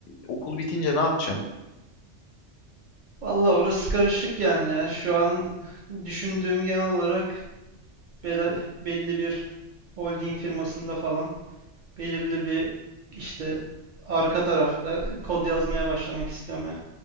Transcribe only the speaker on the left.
okul bitince ne yapacaksın?